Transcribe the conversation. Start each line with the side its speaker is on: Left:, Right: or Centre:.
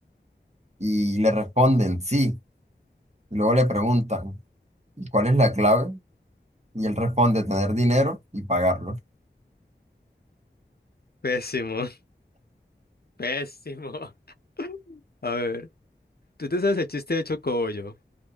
Right: y le responden sí. Y luego le preguntan, "¿Y ¿cuál es la clave? Y él responde, tener dinero y pagarlo.
Left: Pésimo, <laughs> pésimo. A ver, tú te sabes el chiste de Chocobollo.